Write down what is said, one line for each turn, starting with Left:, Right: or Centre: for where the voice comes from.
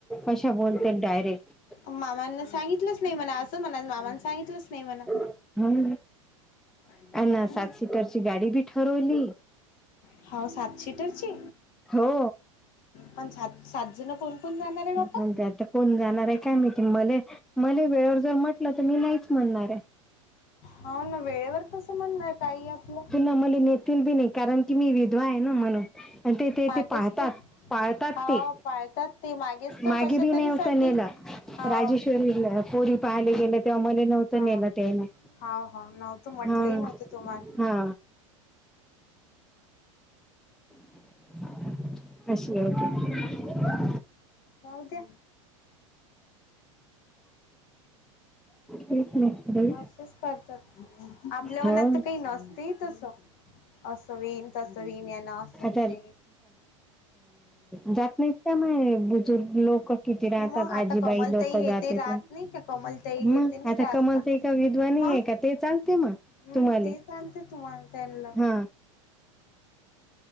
Centre: अशा बोलतेल डायरेक्ट.
Left: मामांन सांगितलंच नाही मला असंच म्हणायच, मामांन सांगितलंच नाही म्हणा.
Centre: <unintelligible>
Left: हम्म
Centre: आ ना सात सीटरची गाडी बी ठरवली.
Left: हाव सात सीटरची?
Centre: हो
Left: पण सात सात जण कोण कोण
Centre: <unintelligible>
Left: जाणार आहे बाप्पा?
Centre: कोण जाणार आहे काय माहिती. मले, मले वेळेवर जर म्हटलं तर मी नाहीच म्हणणार हाय.
Left: हो ना वेळेवर कसं म्हणणार, काहीही आपलं.
Centre: ते मला नेतील बी नाही, कारण की मी विधवा आहे ना म्हणून. आणि ते ते
Left: मागेच
Centre: ते पाहतात,
Left: तो
Centre: पाळतात
Left: हा
Centre: ते.
Left: पाळतात ते मागेच तर
Centre: मागे
Left: कशा
Centre: बी
Left: तरी
Centre: नव्हत
Left: साठी
Centre: नेलं.
Left: हा
Centre: राजेश्वरीला पोरी पाहाले गेलं तेव्हा मले नव्ह त
Left: हा
Centre: नेलं त्यांनी.
Left: हा हा नव्हतं म्हटलंही
Centre: हम्म.
Left: नव्हतं तुम्हाला
Centre: हा. असले हाय ते.
Left: राहू द्या.
Centre: तेच ना बाई
Left: असंच करतात. आपल्या
Centre: हो
Left: मनात तर काही नसते तसं. असं व्हिन, तसं व्हिन. यान असं होते
Centre: <unintelligible> हो जात नाहीत काय <unintelligible> बुजुर्ग लोक किती राहतात.
Left: मग आता
Centre: आजीबाई
Left: कमलताई
Centre: लोक
Left: हे
Centre: जातेत.
Left: ते राहत नाही का कमलताई
Centre: मग
Left: हे ते नाही
Centre: आता
Left: राहत
Centre: कमलताई
Left: का
Centre: विद्वानी
Left: मग
Centre: आहे का ते चालते मग
Left: हम्म
Centre: तुम्हाले
Left: ते चालते तुम्हाला त्यांना
Centre: हा